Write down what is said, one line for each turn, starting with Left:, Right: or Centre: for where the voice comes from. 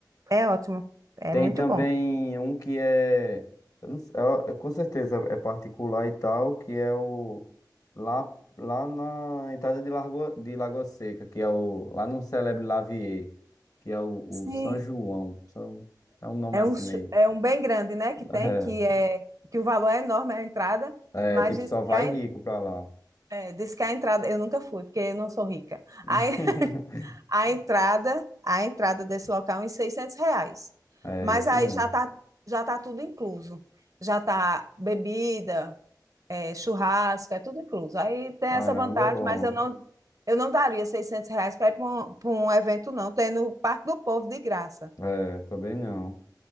Right: É ótimo. É
Left: Tem
Right: muito
Left: também
Right: bom.
Left: um que é, eu não sei, é- é- com certeza é particular e tal, que é o lá, lá na entrada de, Largo, de Lagoa Seca, que é o lá no Celebre Lavier, que é o,
Right: Sim,
Left: o São João. São, é um nome
Right: é
Left: assim
Right: um, cho-
Left: meio.
Right: é um bem grande, né? Que
Left: <laughs>
Right: tem, que é que o valor é enorme, é a entrada,
Left: É,
Right: mas
Left: é, tipo,
Right: diz
Left: só vai
Right: que a
Left: rico pra lá.
Right: É, disse que a entrada, eu nunca fui, porque eu não sou rica.
Left: <laughs>
Right: A, <laughs> a entrada, a entrada desse local é em 600 reais.
Left: É
Right: Mas
Left: isso
Right: aí
Left: mesmo.
Right: já tá, já tá tudo incluso. Já tá bebida, é, churrasco, é tudo incluso. Aí tem
Left: Caramba,
Right: essa vantagem,
Left: bom.
Right: mas eu não, eu não daria 600 reais para ir para um, pra um evento, não, tem no Parque do Povo de graça.
Left: É, também não.